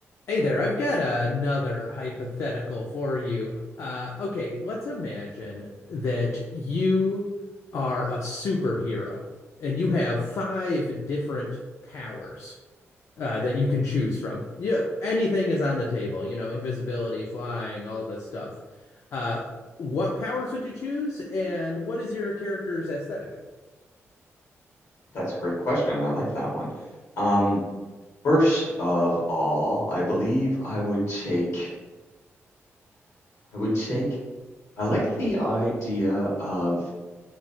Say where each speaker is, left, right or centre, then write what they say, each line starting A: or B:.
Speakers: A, on the left; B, on the left.
A: Hey there, I've got another hypothetical for you. Uh, okay, let's imagine that you are a superhero and you have five different powers uh, that you can choose from. Yeah, anything is on the table, you know, invisibility, flying, all this stuff. Uh, what powers would you choose, and what is your character's aesthetic?
B: That's a great question. I like that one. Um, first of all, I believe I would take, I would take, I like the idea of